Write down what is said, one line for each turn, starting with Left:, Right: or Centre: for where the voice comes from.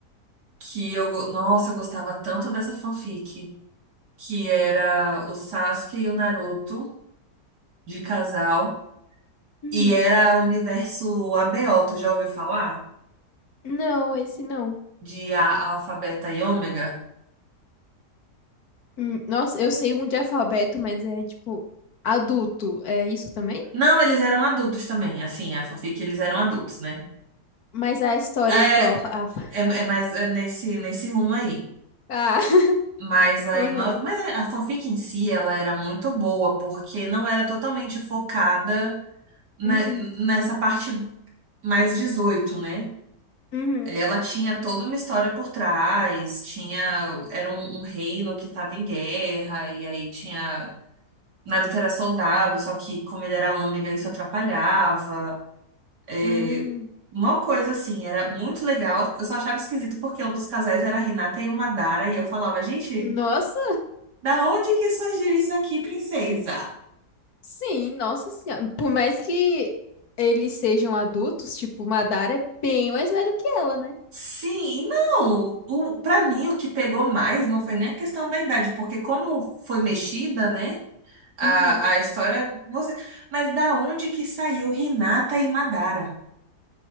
Right: que eu, go- nossa, eu gostava tanto dessa fanfic, que era o Sasuke e o Naruto de casal
Left: <laughs>
Right: e era o universo ABO, tu já ouviu falar?
Left: Não, esse não.
Right: De a, Alfa, Beta e Ômega?
Left: Hum, Nossa, eu sei um de alfabeto, mas é tipo adulto. É isso também?
Right: Não, eles eram adultos também, assim, a fanfic eles eram adultos, né?
Left: Mas a história,
Right: É,
Left: tipo, é o alfa, alfa.
Right: é, é mais é nesse, nesse rumo aí.
Left: Ah, <laughs>
Right: Mas aí
Left: aham.
Right: nós, mas a a fanfic em si ela era muito boa, porque não era totalmente focada ne-
Left: Hum,
Right: nessa parte mais dezoito né?
Left: uhum,
Right: Ela tinha toda uma história por trás, tinha era um, um reino que estava em guerra e aí tinha Naruto era soldado, só que como ele era ômega isso atrapalhava. É,
Left: hum.
Right: uma coisa assim, era muito legal. Eu só achava esquisito porque um dos casais era a Hinata e o Madara e eu falava, gente,
Left: Nossa,
Right: Da onde que surgiu isso aqui, princesa?
Left: sim, nossa senhora. Por mais que eles sejam adultos, tipo, Madara é bem mais velho que ela, né?
Right: Sim, não. O, para mim, o que pegou mais não foi nem a questão da idade, porque como foi mexida, né? A,
Left: Uhum.
Right: a história, você. Mas da onde que saiu Hinata e Madara?